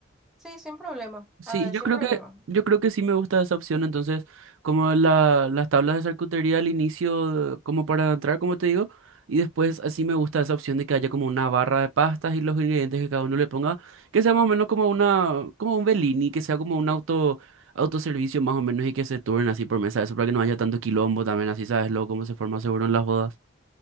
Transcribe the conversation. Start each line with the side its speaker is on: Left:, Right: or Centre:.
Centre: Sí, sin problema,
Right: Sí,
Centre: ah,
Right: yo
Centre: sin
Right: creo
Centre: problema.
Right: que, yo creo que sí me gusta esa opción. Entonces, como la, las tablas de charcutería al inicio, como para entrar, como te digo, y después así me gusta esa opción de que haya como una barra de pastas y los ingredientes que cada uno le ponga, que sea más o menos como una, como un Bellini, que sea como un auto, autoservicio más o menos y que se turnen así por mesa, eso para que no haya tanto quilombo también, así sabes luego cómo se forma seguro en las bodas.